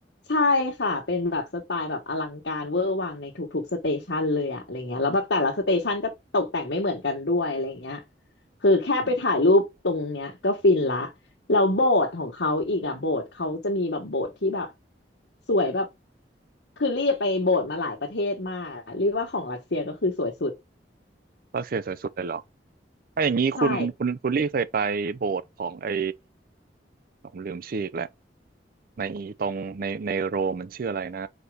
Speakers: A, on the left (about 85°); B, on the right (about 55°).
A: ใช่ค่ะเป็นแบบสไตล์แบบอลังการเวอร์วังในทุกๆสเตชันเลยอะอะไรเงี้ยแล้วแบบแต่ละสเตชันก็ตกแต่งไม่เหมือนกันด้วยอะไรเงี้ยคือแค่ไปถ่ายรูปตรงเนี้ยก็ฟินละ
B: อืม
A: แล้วโบสถ์ของเขาอีกอะโบสถ์เขาจะมีแบบโบสถ์ที่แบบสวยแบบคือรีบไปโบสถ์มาหลายประเทศมากอะเรียกว่าของรัสเซียก็คือสวยสุด
B: รัสเซียสวยสุดเลยเหรอถ้าอย่างนี้คุณคุณคุณลี่เคยไปโบสถ์ของไอ้
A: ใช่
B: ผมลืมชื่ออีกแล้วในตรงในในโรมมันชื่ออะไรนะ